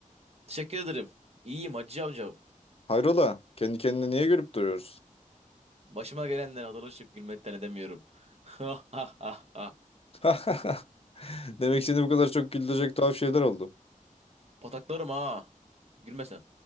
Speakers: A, on the right (about 50°); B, on the left (about 45°).
A: Teşekkür ederim. İyiyim Hacı amca.
B: Hayrola, kendi kendine niye gülüp duruyoruz?
A: Başıma gelenleri hatırlaşıp gülmekten edemiyorum. <laughs> Ha ha ha ha
B: <laughs> Demek seni bu kadar çok güldürecek tuhaf şeyler oldu.
A: Pataklarım ha. Gülme sen.